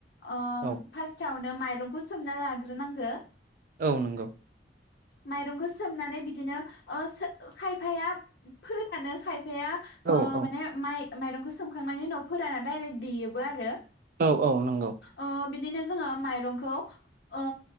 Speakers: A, on the left; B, on the right.
A: ओम
B: औ
A: फार्स्टावनो माइरंखौ सोमना लाग्रोनांगो
B: औ नोंगौ
A: माइरंखो सोमनानै बिदिनो ओ सो खायफाया फोरानो खायफाया ओ
B: औ औ
A: माने माइ माइरंखौ सोमखांनायनि उनाव फोराना डाइरेक्ट देयोबो आरो
B: औ औ नंगौ
A: ओ बिदिनो जोङो माइरंखौ ओ